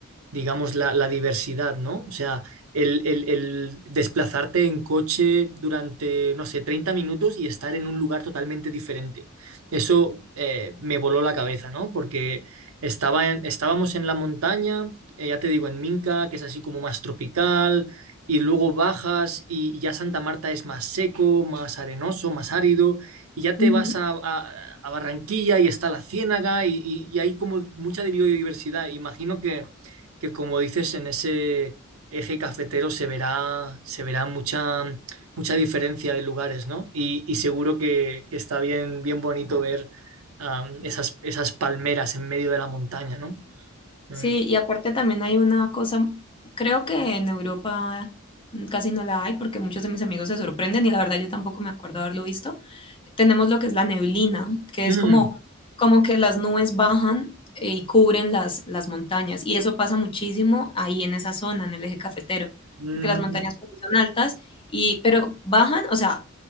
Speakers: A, on the right (about 80°); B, on the left (about 25°).
A: digamos, la, la diversidad, ¿no? O sea, el, el- el desplazarte en coche durante, no sé, 30 minutos y estar en un lugar totalmente diferente. Eso eh, me voló la cabeza, ¿no? Porque estaba en- estábamos en la montaña, eh, ya te digo, en Minca, que es así como más tropical, y luego bajas y, y ya Santa Marta es más seco, más arenoso, más árido, y ya te
B: Ujú.
A: vas a, a- a Barranquilla y está la Ciénaga y, y y hay como mucha biodiversidad. Imagino que que como dices, en ese eje cafetero se verá, se verá mucha, mucha diferencia de lugares, ¿no? Y, y seguro que, que está bien, bien bonito ver am, esas, esas palmeras en medio de la montaña, ¿no? Mm.
B: Sí, y aparte también hay una cosa, creo que en Europa mm, casi no la hay porque muchos de mis amigos se sorprenden y la verdad yo tampoco me acuerdo haberlo visto. Tenemos lo que es la neblina, que
A: Mm,
B: es como, como que las nubes bajan eh, y cubren las, las montañas y eso pasa muchísimo ahí en esa zona, en el eje cafetero,
A: mm,
B: porque las montañas pues, sí son altas y pero bajan, o sea,